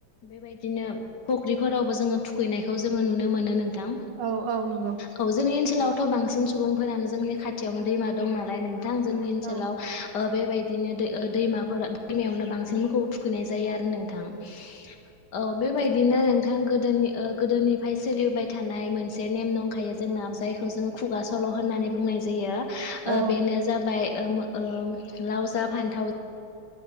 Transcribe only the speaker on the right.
औ औ नंगौ
औ
औ